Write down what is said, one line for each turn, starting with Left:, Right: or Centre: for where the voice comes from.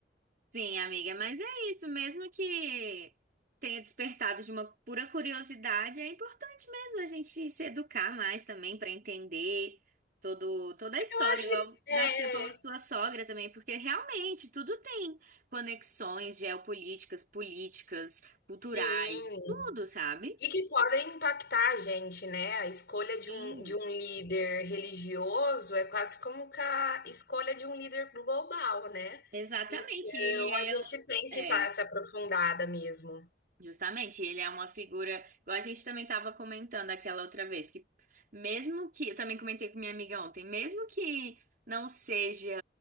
Right: Sim, amiga, mas é isso, mesmo que tenha despertado de uma pura curiosidade, é importante mesmo a gente se educar mais também para entender todo, toda a história,
Left: Eu acho
Right: igual
Left: que
Right: da,
Left: é,
Right: você falou da sua sogra também, porque realmente tudo tem conexões geopolíticas, políticas, culturais,
Left: sim.
Right: tudo, sabe?
Left: E que podem impactar a gente, né? A escolha de
Right: Sim.
Left: um, de um líder religioso é quase como que a escolha de um líder global, né?
Right: Exatamente,
Left: Então
Right: ele
Left: a gente tem
Right: é,
Left: que estar
Right: é.
Left: essa aprofundada mesmo.
Right: Justamente, ele é uma figura, igual a gente também estava comentando aquela outra vez, que mesmo que, eu também comentei com minha amiga ontem, mesmo que não seja,